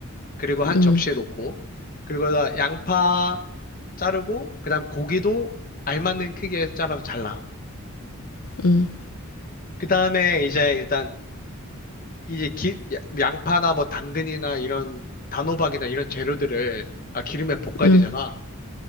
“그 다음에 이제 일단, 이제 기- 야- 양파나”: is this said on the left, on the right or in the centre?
Left